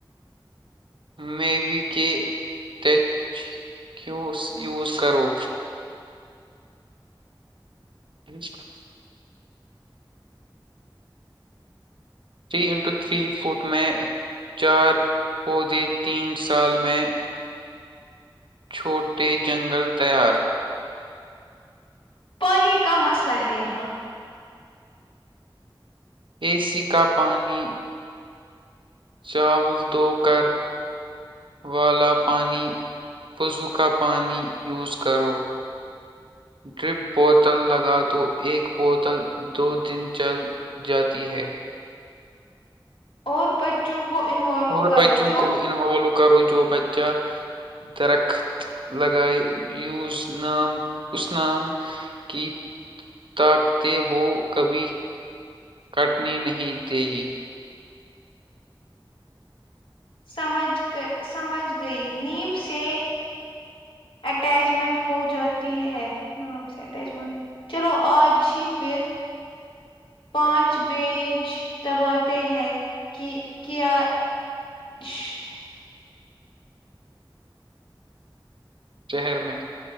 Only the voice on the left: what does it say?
پانی کا مسئلہ ہے یہاں
اور بچوں کو انوالو
کرو
جو
سمجھ سمجھ گئی نیم سے اٹیچمنٹ ہو جاتی ہے نام سے اٹیچمنٹ چلو آج ہی پھر پانچ بیج دباتے ہیں کہ کیا <inaudible>